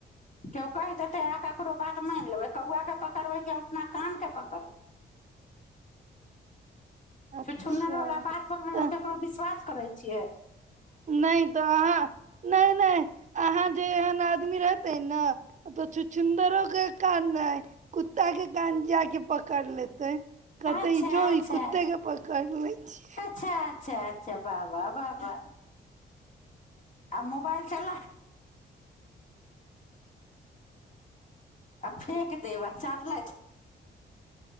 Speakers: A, on the left; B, on the right.
A: केओ कहि देतै आ ककरो बात मानि लेबै कौआके पकड़बै केओ हम अपना कानके पकड़बै
B: अच्छा
A: छुछुन्नर वाला बात पर मे
B: तऽ
A: हम केकरो विश्वास करै छियै
B: नहि तऽ अहाँ नहि नहि अहाँ जे एहन आदमी रहते ने तऽ छुछुन्दरो के कान ने कुत्ता के कान जााक पकड़ लेते कत
A: अच्छा
B: ई जो
A: अच्छा
B: ई कुत्ते प क ल छै
A: अच्छा अच्छा अच्छा बाबा बाबा आ मोबाइल चला आ फेेक देब आ चारल